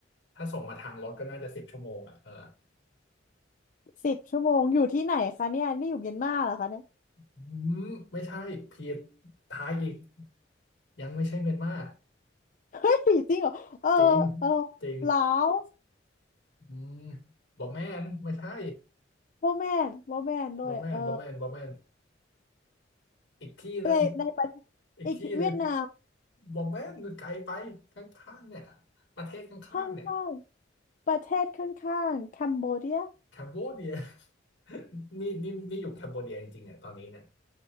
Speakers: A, on the left; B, on the left.
A: ถ้าส่งมาทางรถก็น่าจะสิบชั่วโมงอ่ะเออ
B: สิบชั่วโมงอยู่ที่ไหนคะเนี่ยนี่อยู่เมียนมาเหรอคะเนี่ย
A: อืมไม่ใช่ผิดทายอีกยังไม่ใช่เมียนมา
B: เฮ้ยจริงเหรอเออเออ
A: จริงจริง
B: ลาว
A: อืมบอแมนไม่ใช่
B: โมแมนโมแมนด้วยเออ
A: บอแมนบอแมนบอแมนอีกที่หนึ่ง
B: ในในประ
A: อีกที่หนึ่ง
B: อีกเวียดนาม
A: บอแมนไกลไปข้างๆเนี่ยประเทศข้างๆเนี่ย
B: ข้างๆประเทศข้างๆคัมโบเดีย
A: แคมโบเดีย <laughs> นี่นี่นี่อยู่แคมโบเดียจริงๆเนี่ยตอนนี้เนี่ย